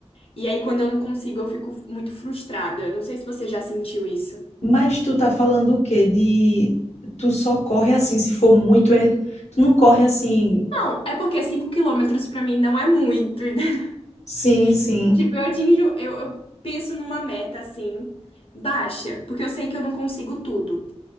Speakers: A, on the left; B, on the left.
A: E aí, quando eu não consigo, eu fico muito frustrada. Eu Não sei se você já sentiu isso.
B: Mas tu tá falando o quê? De tu só corre assim, se for muito, é... tu não corre assim.
A: Não, é porque 5 quilômetros pra mim não é muito. entendeu?
B: Sim, sim.
A: <laughs> Tipo, eu atinjo, eu, eu penso numa meta assim, baixa, porque eu sei que eu não consigo tudo.